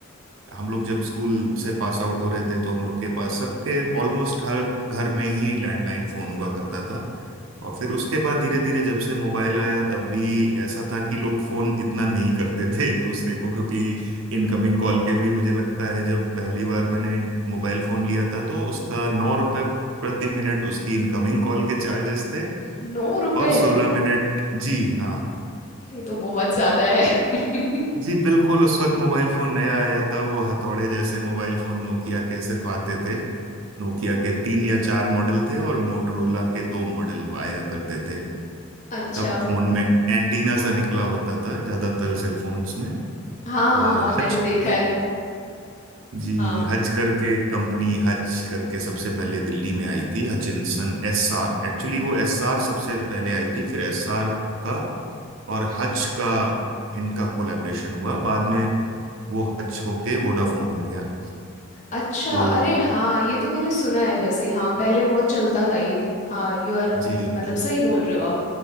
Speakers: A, on the right; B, on the left.
A: हम लोग जब स्कूल से पास आउट हो रहे थे तो हम लोग के पास सबके ऑलमोस्ट हर घर में ही लैंडलाइन फोन हुआ करता था और फिर उसके बाद धीरे धीरे जब से मोबाइल आया तब भी ऐसा था कि लोग फोन इतना नहीं करते थे एक दूसरे को क्योंकि इनकमिंग कॉल के भी मुझे लगता है जब पहली बार मैंने मोबाइल फोन लिया था तो उसका नौ रुपए प्रति मिनट उसकी इनकमिंग कॉल के चार्जेस थे
B: नौ रुपए
A: और सोलह मिनट जी हाँ
B: ये तो बहुत ज्यादा है <laughs>
A: जी बिल्कुल उस वक्त मोबाइल फोन नया आया था वो हथौड़े जैसे मोबाइल फोन नोकिया के सिर्फ आते थे नोकिया के तीन या चार मॉडल थे और मोटरोला के दो मॉडल आया करते थे
B: अच्छा
A: तब फोन में एंटीना सा निकला होता था ज्यादातर सेलफोन्स में
B: हाँ हाँ
A: और
B: हाँ मैंने
A: हच
B: देखा है
A: जी
B: हाँ
A: हच करके कंपनी हच करके सबसे पहले दिल्ली में आई थी हचिंसन एस आर एक्चुअली वो एस आर सबसे पहले आई थी फिर एस आर का और हच का इनका कोलैबोरेशन हुआ बाद में वो हच होके वोडाफोन हो गया
B: अच्छा
A: तो
B: अरे हाँ ये तो मैंने सुना है वैसे हाँ पहले बहुत चलता था ये हाँ यू आर
A: जी
B: मतलब सही बोल रहे हो आप